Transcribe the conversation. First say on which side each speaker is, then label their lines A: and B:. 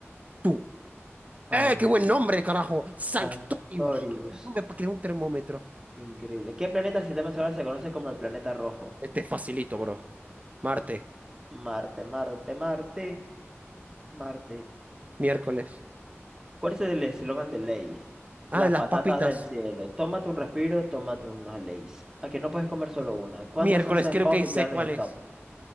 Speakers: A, on the right; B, on the right.
A: tú.
B: Ah,
A: ¡Eh, qué buen nombre, carajo! Sanctorius.
B: Sanctorius.
A: ¡Qué buen nombre para crear un termómetro!
B: Increíble. ¿Qué planeta del sistema solar se conoce como el planeta rojo?
A: Este es facilito, bro. Marte,
B: Marte, Marte, Marte, Marte.
A: miércoles.
B: ¿Cuál es el eslogan de Lay's?
A: Ah,
B: Las
A: las
B: patatas
A: papitas.
B: del cielo. Tómate un respiro, tómate unos Lay's. Aquí no puedes comer solo una. ¿Cuántas
A: Miércoles,
B: haces
A: creo
B: pop?
A: que sé
B: Ya no
A: cuál
B: hay stop.
A: es.